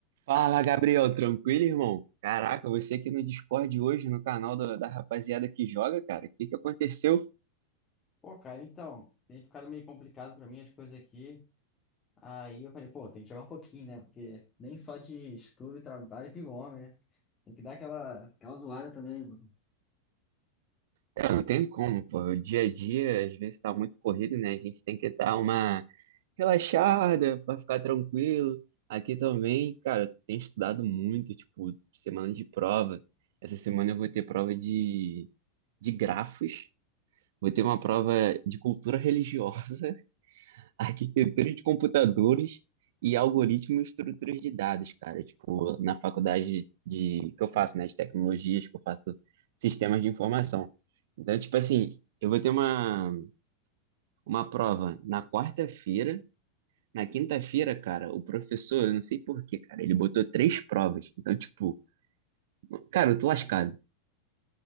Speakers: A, on the right; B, on the left.
A: Fala, Gabriel, tranquilo, irmão? Caraca, você aqui no Discord hoje, no canal da da rapaziada que joga, cara, o que que aconteceu?
B: Pô, cara, então, tem ficado meio complicado pra mim as coisas aqui. Aí eu falei, pô, tem que jogar um pouquinho, né? Porque nem só de estudo e trabalho vive o homem, né? Tem que dar aquela, aquela zoada também, mano.
A: É, não tem como, pô, o dia a dia às vezes tá muito corrido, né? A gente tem que dar uma relaxada pra ficar tranquilo. Aqui também, cara, eu tenho estudado muito, tipo, semana de prova. Essa semana eu vou ter prova de, de grafos, vou ter uma prova de cultura religiosa arquitetura de computadores e algoritmo e estruturas de dados, cara. Tipo, na faculdade de, que eu faço, né, de tecnologias, que eu faço sistemas de informação. Então, tipo assim, eu vou ter uma, uma prova na quarta-feira. Na quinta-feira, cara, o professor, eu não sei por quê, cara, ele botou três provas. Então, tipo, cara, eu tô lascado.
B: Saca?